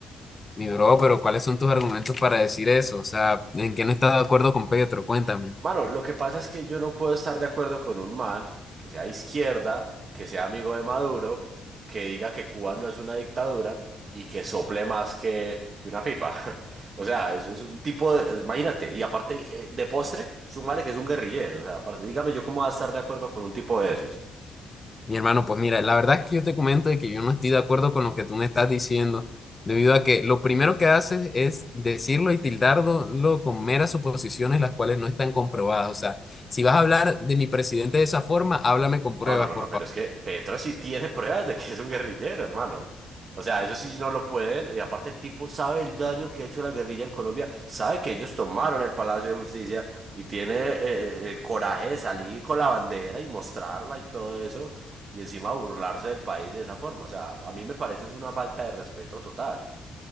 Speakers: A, on the left (about 20°); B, on the right (about 40°).
A: Mi bro, pero ¿cuáles son tus argumentos para decir eso? O sea, ¿en qué no estás de acuerdo con Petro? Cuéntame.
B: Mano, lo que pasa es que yo no puedo estar de acuerdo con un man que sea de izquierda, que sea amigo de Maduro, que diga que Cuba no es una dictadura y que sople más que, que una pipa. <laughs> O sea, es, es un tipo de... Imagínate, y aparte eh, de postre, súmale que es un guerrillero. O sea, parce, dígame yo cómo voy a estar de acuerdo con un tipo de esos.
A: Mi hermano, pues mira, la verdad es que yo te comento de que yo no estoy de acuerdo con lo que tú me estás diciendo, debido a que lo primero que haces es decirlo y tildarlo con meras suposiciones las cuales no están comprobadas. O sea, si vas a hablar de mi presidente de esa forma, háblame con pruebas,
B: No, no, no,
A: por
B: no, pero
A: favor.
B: es que Petro sí tiene <laughs> pruebas de que es un guerrillero, hermano. O sea, eso sí no lo pueden. Y aparte el tipo sabe el daño que ha hecho la guerrilla en Colombia, sabe que ellos tomaron el Palacio de Justicia y tiene eh, eh, el coraje de salir con la bandera y mostrarla y todo eso, y encima burlarse del país de esa forma. O sea, a mí me parece es una falta de respeto total.